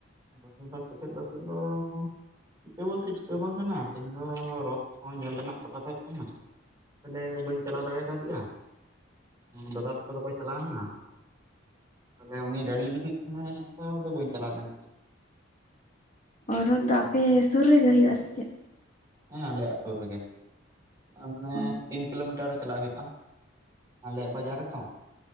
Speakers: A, on the right; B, on the left.
A: ᱦᱮᱸ ᱵᱟᱛ ᱠᱟᱛᱮᱜ ᱫᱚ ᱱᱤᱛᱚᱜ ᱫᱚ ᱪᱤᱠᱟᱹ ᱵᱚᱞᱛᱮ ᱪᱤᱠᱟᱹ ᱵᱟᱝ ᱠᱟᱱᱟ ᱛᱮᱦᱮᱧ ᱫᱚ ᱨᱚᱛ ᱦᱚᱸ ᱧᱮᱞ ᱨᱮᱱᱟᱜ ᱠᱟᱛᱷᱟ ᱛᱟᱦᱮᱸ ᱠᱟᱱᱟ, ᱛᱟᱦᱞᱮ ᱵᱟᱹᱧ ᱪᱟᱞᱟᱣ ᱫᱟᱲᱮ ᱠᱟᱫᱮᱭᱟ ᱫᱟᱫᱟ ᱛᱟᱠᱚ ᱫᱚᱠᱚ ᱪᱟᱞᱟᱣᱱᱟ, ᱛᱟᱦᱚᱞᱮ ᱩᱱᱤ ᱜᱟᱹᱲᱤ ᱤᱫᱤ ᱠᱮᱫ ᱠᱷᱟᱱᱮ ᱛᱚ ᱟᱫᱚ ᱵᱟᱹᱧ ᱪᱟᱞᱟᱣ ᱞᱮᱱᱟ᱾
B: ᱚ ᱨᱚᱛ ᱫᱚ ᱟᱯᱮ ᱥᱩᱨ ᱨᱮᱜᱮ ᱦᱩᱭᱩᱜ-ᱟ ᱥᱮ ᱪᱮᱫ?
A: ᱦᱮᱸ ᱟᱞᱮᱭᱟᱜ ᱥᱩᱨ ᱨᱮᱜᱮ <inaudible> ᱢᱟᱱᱮ
B: ᱚ
A: ᱛᱤᱱ ᱠᱤᱞᱳᱢᱤᱴᱟᱨᱼᱼ ᱠᱤᱞᱳᱢᱤᱴᱟᱨ ᱨᱮ ᱪᱟᱞᱟᱜ ᱦᱩᱭᱩᱜ-ᱟ ᱟᱞᱮᱭᱟᱜ ᱵᱟᱡᱟᱨ ᱨᱮᱛᱚ᱾